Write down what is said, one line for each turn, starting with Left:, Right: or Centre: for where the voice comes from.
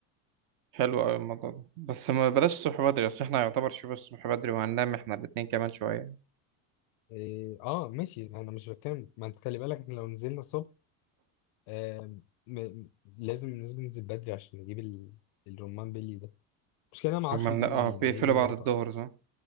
Right: حلو قوي الموضوع ده بس ما بلاش الصبح بدري اصل احنا يعتبر شبه الصبح بدري وهننام احنا الاتنين كمان شوية
Left: إيه، اه ماشي انا مش بتكلم ما انت خلي بالك احنا لو نزلنا الصبح آم، م- م- لازم لازم ننزل بدري عشان نجيب ال- الرمان بيلي ده مش كده انا ما اعرفش
Right: هما
Left: بيجاب
Right: من... اه
Left: منين
Right: بيقفلوا
Left: هي دي النقطه
Right: بعد الظهر صح